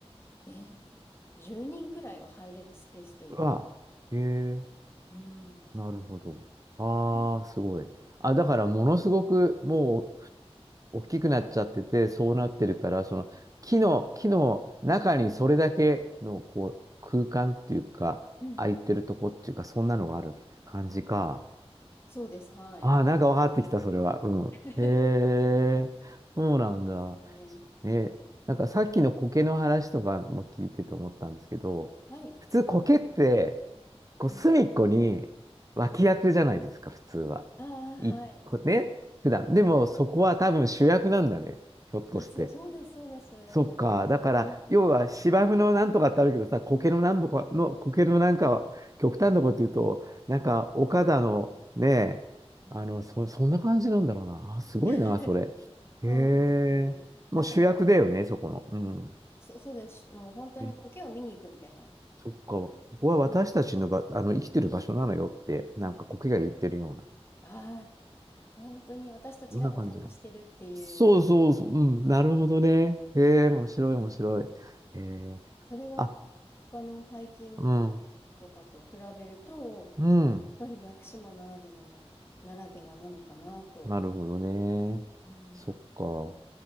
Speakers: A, on the left; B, on the right.
A: えー、10人くらいは入れるスペースというか。
B: うわ、えー、
A: うん。
B: なるほど。ああ、
A: うん
B: すごい。あ、だからものすごくもう大きくなっちゃってて、そうなってるから、その木の、木の中にそれだけのこう空間っていうか、
A: うん。
B: 空いてるとこっていうか、そんなのがある感じか。
A: そうです、はい。
B: ああ、なんか分かってきた、それは。うん。
A: <laughs>
B: へえ、そうなんだ。
A: ですね。
B: ね、なんかさっきの苔の話とかも聞いてて思ったんですけど、
A: はい。
B: 普通苔って、こう隅っこに脇役じゃないですか、
A: うんうん。
B: 普通は。
A: ああ、
B: い、
A: はい。
B: こね、普段。でもそこは多分主役なんだね、ひょっとして。
A: あ、そう、そうです、そうです。
B: そっか。だから、
A: うん、うん。
B: 要は芝生のなんとかってあるけどさ、苔のなんとかの、苔のなんかは、極端なこと言うと、なんか、岡田のね、
A: うん
B: あの、そ、そんな感じなんだろうな。あ、すごいな、
A: <laughs>。
B: それ。
A: そうです。
B: へえ。もう主役だよね、
A: なんかこう、
B: そこの。うん。
A: そ、そうです。もう本当に苔を見に行くみたいな。
B: ねそっか。ここは私たちのば、
A: うん。
B: あの、生きてる場所なのよって、なんか苔が言ってるような。
A: ああ、本当に私たちがお邪魔してるっていう、
B: そんな感じな。そうそうそう。うん。なるほどね。へえ、面白い、
A: うん
B: 面白い。へえ。
A: それは
B: あ、
A: 他のハイキング
B: うん。
A: とかと比べると、やっぱり屋久島ならでなの、
B: うん。
A: ならではなのかなと
B: なるほどね。
A: うん
B: そっか。